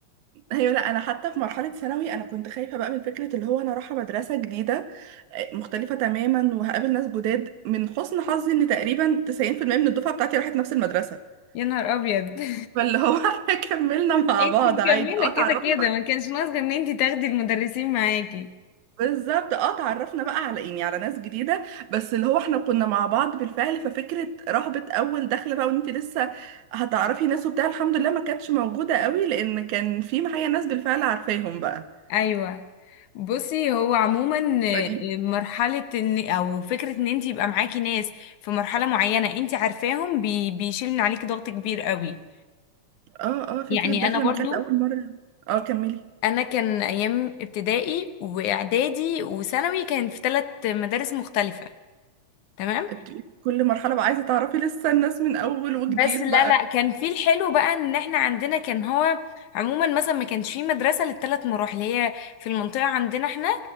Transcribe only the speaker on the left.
<laughs> يا نهار ابيض <laughs>
انت
مكمله
كده كده
ما كانش ناقص غير ان انت تاخدي المدرسين معاكي
ايوه بصي هو عموما
مرحله ان او فكره ان انت يبقى معاكي ناس في مرحله معينه انت عارفاهم بي بيشيل من عليكي ضغط كبير قوي
يعني
انا برضو
انا كان ايام ابتدائي واعدادي وثانوي كان في ثلاث مدارس مختلفه تمام
بس لا
لا كان في الحلو بقى ان احنا عندنا كان هو عموما مثلا ما كانش في مدرسة للثلاث مراحل هي في المنطقة عندنا احنا